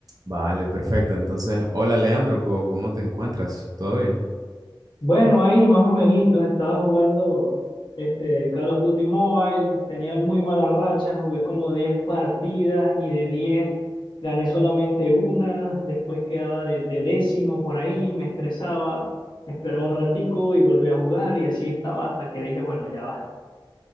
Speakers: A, on the right (about 45°); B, on the left (about 65°).
A: Vale, perfecto. Entonces, hola Leandro, ¿cómo, cómo te encuentras? ¿Todo bien?
B: Bueno, ahí más o menos, estaba jugando este Call of Duty Mobile, tenía muy mala racha, jugué como 10 partidas y de 10 gané solamente una, después quedaba de, de décimo por ahí, me estresaba, esperaba un ratico y volví a jugar y así estaba hasta que dije, bueno, ya va.